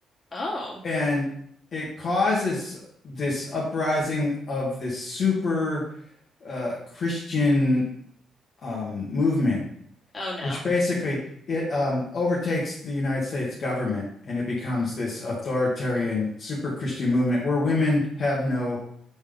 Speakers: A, on the left; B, on the left.
A: Oh,
B: And it causes this uprising of this super uh, Christian um, movement,
A: oh no.
B: which basically it um, overtakes the United States government and it becomes this authoritarian super Christian movement where women have no